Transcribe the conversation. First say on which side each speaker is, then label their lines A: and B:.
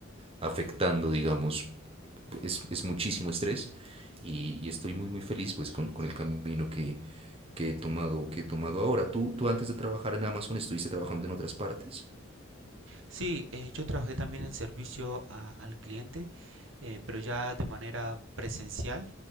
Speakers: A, on the right (about 30°); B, on the right (about 70°).
A: afectando, digamos, es, es muchísimo estrés y, y, estoy muy, muy feliz pues con, con el camino que, que, he tomado, que he tomado ahora. ¿Tú, ¿Tú antes de trabajar en Amazon estuviste trabajando en otras partes?
B: Sí, eh, yo trabajé también en servicio a- al cliente, eh, pero ya de manera presencial.